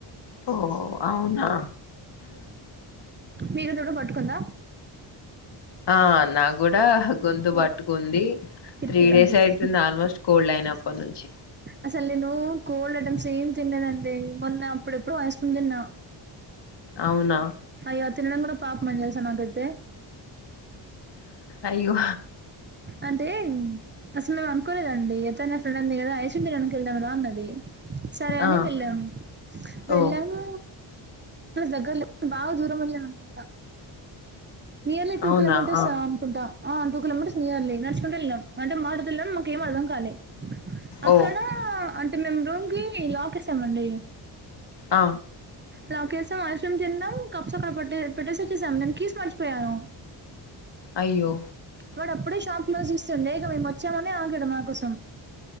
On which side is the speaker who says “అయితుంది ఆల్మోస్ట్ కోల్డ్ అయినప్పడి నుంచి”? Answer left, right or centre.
Left